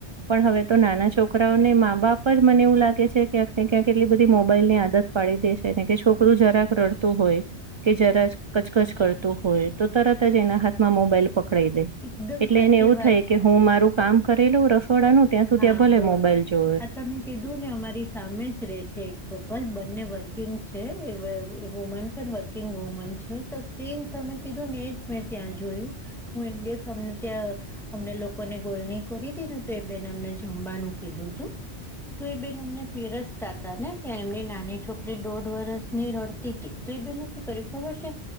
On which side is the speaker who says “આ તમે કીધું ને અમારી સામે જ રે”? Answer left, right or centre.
Centre